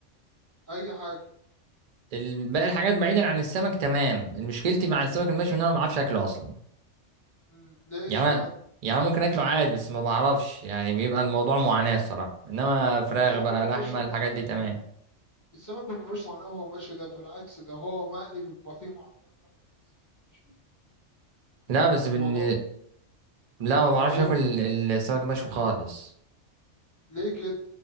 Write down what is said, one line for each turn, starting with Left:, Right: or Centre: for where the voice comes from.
Left: اي حاجه
Right: ال- باقي الحاجات بعيدا عن السمك تمام مشكلتي مع السمك المشوي ان انا ما بعرفش اكله اصلا
Left: مم. ليه
Right: يعني
Left: اشمعنى
Right: أنا يعني أنا ممكن اكله عادي بس ما بعرفش يعني بيبقى الموضوع معاناة الصراحة انما فراخ
Left: لا
Right: بقى
Left: ما بيبقاش
Right: لحمة
Left: فيها معاناه
Right: الحاجات دي تمام
Left: السمك ما بيبقاش معاناه وهو مشوي ده بالعكس ده هو مقلي بيبقى فيه معاناه اكتر من السمك المشوي.
Right: لا بس
Left: الموضوع
Right: بن... لا ما
Left: الموضوع
Right: بعرفش اكل ال- السمك المشوي خالص
Left: ليه كده